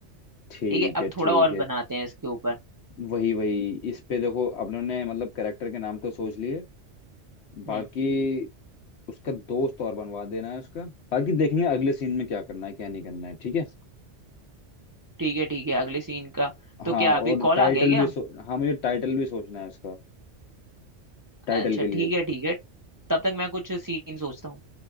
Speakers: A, on the left (about 70°); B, on the right (about 25°).
A: ठीक
B: ठीक है अब
A: है
B: थोड़ा
A: ठीक
B: और
A: है
B: बनाते हैं इसके ऊपर
A: वही वही इस पे देखो अपनों ने मतलब कैरेक्टर के नाम तो सोच लिए बाकी
B: हम्म
A: उसका दोस्त और बनवा देना है उसका बाकी देखेंगे अगले सीन में क्या करना है क्या नहीं करना है ठीक है
B: ठीक है ठीक है अगले सीन का तो
A: हाँ
B: क्या
A: और
B: अभी कॉल
A: टाइटल
B: आ गया क्या
A: भी सो हाँ मुझे टाइटल भी सोचना है उसका टाइटल
B: अच्छा
A: के लिए
B: ठीक है ठीक है तब तक मैं कुछ सीन सोचता हूँ